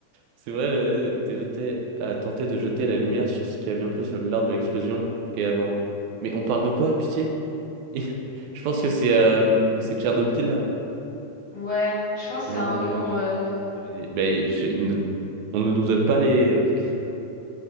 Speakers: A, on the right; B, on the left.
A: C'est vrai, le- t'es jeté à tenter de jeter la lumière sur ce qui a bien plus lors de l'explosion et avant. Mais on parle de quoi, pitié? <laughs> Je pense que c'est euh, c'est Tchernobyl. là.
B: Ouais, je pense que
A: C'est
B: c'est
A: vraiment
B: un
A: vrai
B: nom...
A: avec
B: euh,
A: la tragédie. Ben, je- il ne- on ne nous donne pas les. ok. <laughs>